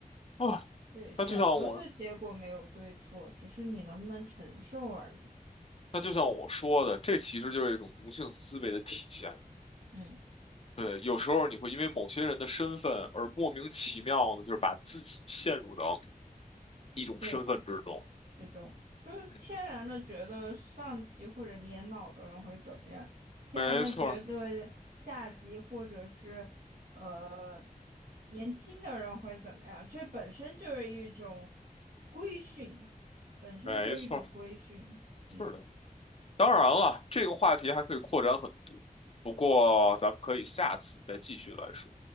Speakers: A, on the left; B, on the right.
A: 啊，
B: 对，选择的结果没有对错，
A: 那就像我
B: 只是你能不能承受而已。
A: 那就像我说的，这其实就是一种奴性思维的体现。
B: 嗯，
A: 对，有时候你会因为某些人的身份而莫名其妙的，就是把自己陷入到一种身份之中。
B: 对。是这种，就是天然的觉得上级或者年老的人会怎么样，
A: 嗯，
B: 天然的觉得下级或者是呃
A: 没错
B: 年轻的人会怎么样，这本身就是一种规训，本身就是一种规训。
A: 没错
B: 嗯，
A: 是的。当然了，这个话题还可以扩展很多，不过咱们可以下次再继续来说。